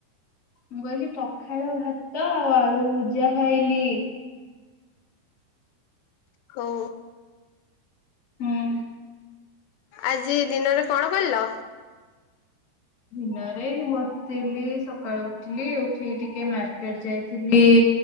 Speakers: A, on the left (about 30°); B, on the left (about 80°).
A: ମୁଁ କହିଲି ପଖାଳ ଭାତ ଆଉ ଆଳୁ ଭଜା ଖାଇଲି।
B: ହୋଉ
A: ହୁଁ
B: ଆଜି ଦିନରେ କଣ କଲ
A: ଦିନରେ ବସିଥିଲି ସକାଳୁ ଉଠିଲି ଉଠିକି ଟିକେ ମାର୍କେଟ ଯାଇଥିଲି